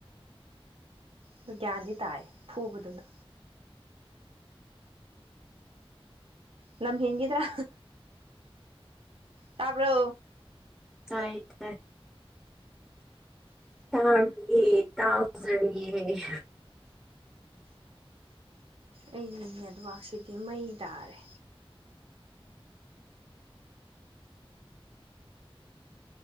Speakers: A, on the right; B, in the centre.
A: ꯑꯗꯨ ꯒ꯭ꯌꯥꯟꯗꯤ ꯇꯥꯏ ꯐꯨꯕꯗꯨꯅ ꯂꯝꯍꯦꯟꯈꯤꯗ꯭ꯔꯥ ꯇꯥꯕ꯭ꯔꯣ
B: ꯀꯥꯏ ꯇ ꯇꯥꯔꯌꯦ ꯇꯥꯎꯖꯔꯤꯌꯦ
A: ꯑꯩꯒꯤ ꯅꯦꯠꯋꯥꯛꯁꯤꯗꯤ ꯃꯩ ꯇꯥꯔꯦ